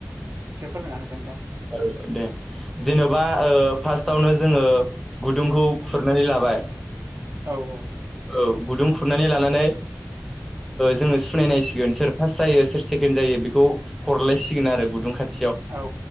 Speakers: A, on the right; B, in the centre.
A: एसे फोरमायन होनायसाय नोंथां।
B: औ दे जेनेबा ओ फार्स्टआवनो जोङो गुदुंखौ खुरनानै लाबाय। <unintelligible>
A: औ औ
B: औ गुदुं खुरनानै लानानै जोङो सुनायसिगोन सोर फार्स्ट जायो सोर सेकेणड जायो बेखौ हरलायसिगोन आरो गुदुं खाथि
A: औ